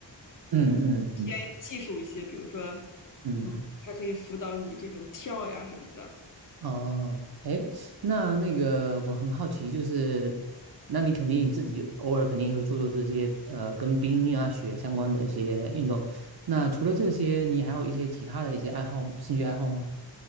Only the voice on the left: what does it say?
偏技术一些，比如说，
嗯，它可以辅导你这种跳呀什么的。